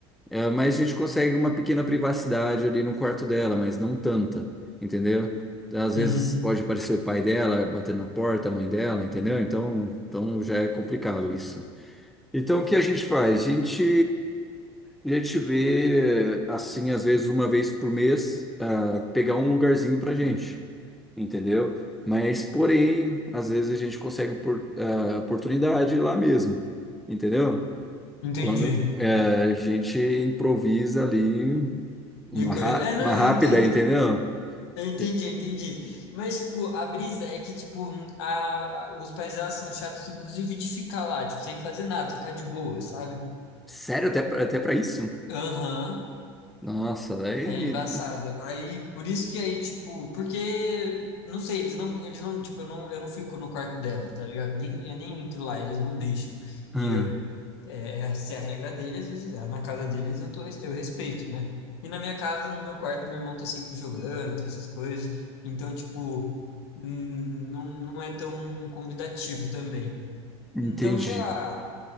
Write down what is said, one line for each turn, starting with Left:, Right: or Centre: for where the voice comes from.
Centre: Eh, mas a gente consegue uma pequena privacidade ali no quarto dela, mas não tanta, entendeu? Às
Left: uhum.
Centre: vezes pode aparecer o pai dela batendo na porta, a mãe dela, entendeu? Então, então já é complicado isso. Então o que a gente faz? A gente a gente vê, assim, às vezes uma vez por mês, ah, pegar um lugarzinho pra gente entendeu? Mas, porém, às vezes a gente consegue por, a oportunidade lá mesmo, entendeu?
Left: Entendi.
Centre: Quando eh, a gente improvisa ali uma,
Left: E coi-
Centre: rá-
Left: É, não,
Centre: uma rápida,
Left: eu entendo.
Centre: entendeu?
Left: Eu entendi,
Centre: E-
Left: eu entendi. Mas, tipo, a brisa é que, tipo, a, a- os pais delas são chatos, inclusive, de ficar lá, tipo, sem fazer nada, ficar de boa, sabe?
Centre: Sério, até, pra- até para isso?
Left: Aham,
Centre: Nossa, daí.
Left: É embaçado. Aí, por isso que aí, tipo, porque, não sei, eles não, eles não, tipo, eu não, eu não fico no quarto dela, tá ligado? Nem, eu nem entro lá, eles não deixam.
Centre: Ah,
Left: E eu- é, essa é a regra deles, às vezes na casa deles eu tô, res- eu respeito, né? E na minha casa, no meu quarto, meu irmão tá sempre jogando, tá essas coisas. Então, tipo, hum, não, não é tão convidativo também.
Centre: entendi.
Left: Então, sei lá,